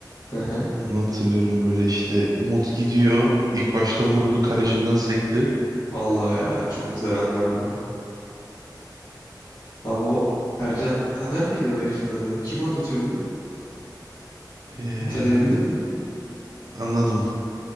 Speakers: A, on the left; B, on the right.
A: <laughs> Hı hı.
B: Onu hatırlıyorum böyle işte Umut gidiyor. İlk başta vurdu kaleciden sekti.
A: Vallahi ya çok güzel anlardı. Abi o Ercan Taner miydi o herifin adı? Kim anlatıyordu?
B: Ee,
A: Hatırlayabildin mi?
B: anladım.